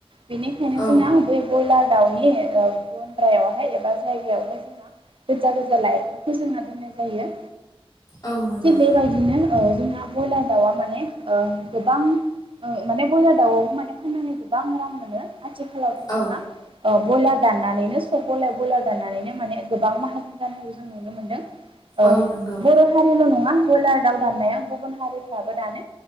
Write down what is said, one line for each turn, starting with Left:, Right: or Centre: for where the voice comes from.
Right: बेनिखायनो
Left: औ
Right: जोंना बोय बयलार दाउनि ओ गन्द्रायावहाय एबा जायगायावहाय जोंना गोजा-गोजा लाइतखौ जोंना दोननाय जायो।
Left: औ नंगौ
Right: थिग बेबायदिनो ओ जोंना ब्रयलार दाउआ माने ओ गोबां माने ब्रयलार दाउआवबो माने फाननानै गोबां रां मोनो आथिखालावथ' जोंना
Left: औ
Right: ओ ब्रयलार दाननानैनो सब ब्रयलार -ब्रयलार दाननानैनो माने गोबां माहाजोन जानायखौ जों नुनो मोनदों। ओ
Left: औ नंगौ।
Right: बर' हारिल' नङा बयलार दाउ दाननाया गुबुन हारिफ्राबो दानो